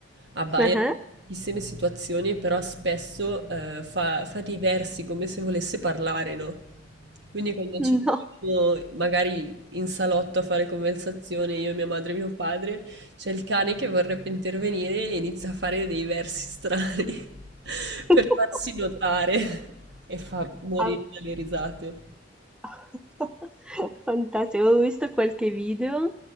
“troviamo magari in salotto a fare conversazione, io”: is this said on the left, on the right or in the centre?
Right